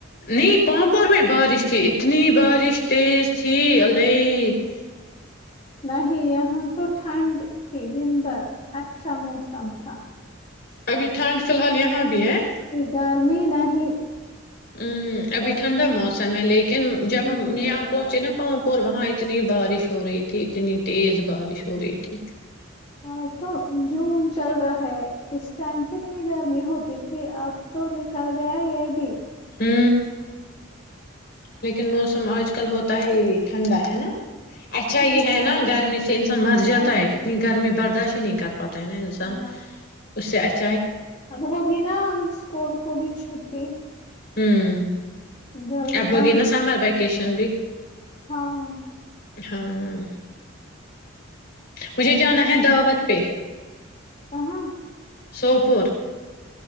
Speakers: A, on the left; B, on the left.
A: نہیں پانپور میں بارش تھی اتنی بارش اسٹیز ت الی <unintelligible> جی <inaudible>
B: نہیں ہے یہ ہاں تو ٹھنڈ <unintelligible> تھی دن بھر <unintelligible> اچھا موسم تھا
A: ابھی ٹانڈ فی الحالیا ہاں بھی ہے
B: ت م نہیں
A: ہ ابھی
B: سردی
A: ٹھنڈا موسم ہے لیکن جب
B: ہوں
A: ہم یہاں پہنچے نا پاں پ وہاں اتنی بارش ہو رہی تھی اتنی تیز بارش ہو رہی تھی
B: آج تو جون چل رہا ہے اس ٹائم کتنی گرمی ہوتی تھی اب تو نکل گیا یہ بھی
A: ہ لیکن موسم آج کل ہوتا ہے یہ ٹھنڈا ہے نا اچھا
B: ہوں
A: یہ ہے نا
B: اب
A: گرمی سے انسان مر جاتا
B: ہاں
A: ہے کتنی گرمی برداش ہی نہیں کرتا پتہ ہے نا انسان
B: نہ
A: اس سے اچ
B: اب ہوگی نا اسکول کو بھی چھٹی
A: ہوں
B: جلدی
A: اب
B: بند
A: ہوگین سامار ب وکیشن بھی
B: ہاں
A: ہاں مجھے جانا ہے دعوت پہ
B: کہاں
A: سوپور